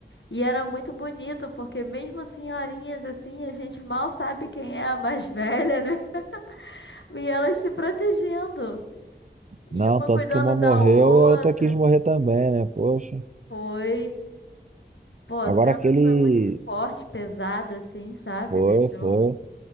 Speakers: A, on the left; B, on the right.
A: E era muito bonito, porque mesmo senhorinhas assim, a gente mal sabe quem é a mais velha, né? <laughs> E elas se protegendo. E
B: Não,
A: uma
B: tanto
A: cuidando
B: que uma morreu
A: da outra.
B: e a outra quis morrer também, né? Poxa.
A: Foi. Pô, a
B: Agora
A: cena
B: aquele.
A: foi muito forte, pesada, assim, sabe?
B: Foi,
A: Deixou.
B: foi.